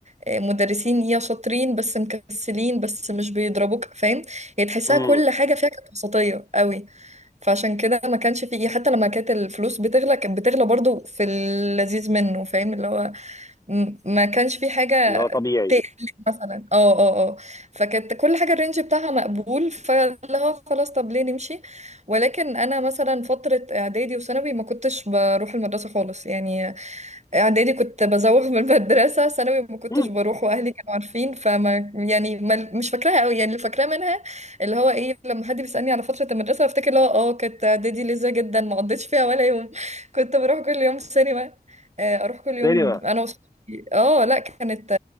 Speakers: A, on the right; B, on the left.
A: آه مدرسين يا شاطرين بس مكسلين بس مش بيضربوك فاهم يعني تحسها
B: امم
A: كل حاجة فيها كانت وسطية قوي فعشان كده ما كانش فيه حتى لما كانت الفلوس بتغلى كانت بتغلى برضه في اللذيذ منه فاهم اللي هو م- ما كانش في حاجة
B: اللي هو طبيعي
A: تقلق مثلا اه اه اه فكانت كل حاجة الرينج بتاعها مقبول فاللي هو خلاص طب ليه نمشي ولكن انا مثلا فترة اعدادي وثانوي ما كنتش بروح المدرسة خالص يعني اعدادي كنت بزوغ من المدرسة ثانوي ما كنتش
B: مم.
A: بروح واهلي كانوا عارفين فما يعني ما مش فاكراها قوي يعني اللي فاكراه منها اللي هو ايه لما حد بيسألني على فترة المدرسة بفتكر اللي هو اه كانت اعدادي لذيذة جدا ما قضيتش فيها ولا يوم <laughs> كنت بروح كل يوم سينما آه، اروح كل يوم
B: تاني بقى
A: انا وصحابي اه لا كانت